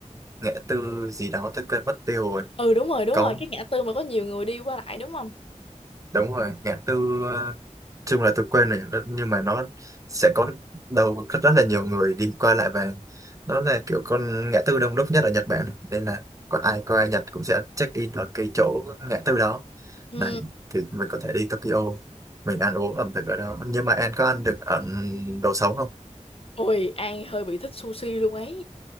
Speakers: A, on the right; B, on the left.
A: ngã tư gì đó tôi quên mất tiêu rồi
B: ừ đúng rồi đúng
A: có
B: rồi cái ngã tư mà có nhiều người đi qua lại đúng không
A: đúng rồi ngã tư ờ, chung là tôi quen rồi nhưng mà nó sẽ có đầu rất, rất là nhiều người đi qua lại và nó là kiểu con ngã tư đông đúc nhất ở Nhật Bản nên là có ai qua Nhật cũng sẽ check in ở cái chỗ ngã tư đó
B: ừ
A: này thì mình có thể đi Tokyo mình ăn uống ẩm thực ở đó nhưng mà em có ăn được ở đồ sống không
B: ôi An hơi bị thích sushi luôn ấy